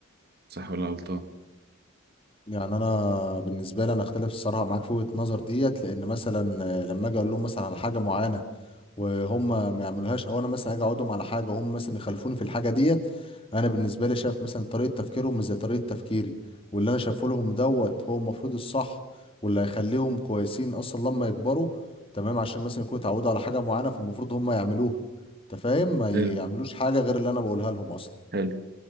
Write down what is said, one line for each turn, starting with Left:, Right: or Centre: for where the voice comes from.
Right: صح ولا غلطان
Left: يعني انا بالنسبه لي انا اختلف الصراحه معاك في وجهه النظر ديت لان مثلا آه، لما اجي اقول لهم مثلا على حاجه معينه وهم ما يعملوهاش او انا مثلا اجي اقعدهم على حاجه وهم مثلا يخالفوني في الحاجه ديت انا بالنسبه لي شايف مثلا طريقه تفكيرهم مش زي طريقه تفكيري واللي انا شايفه لهم دوت هو المفروض الصح واللي هيخليهم كويسين اصلا لما يكبروا تمام عشان مثلا يكونوا اتعودوا على حاجه معينه فالمفروض هم يعملوها انت فاهم ما يعملوش
Right: حلو
Left: حاجه غير اللي انا بقولها لهم اصلا
Right: حلو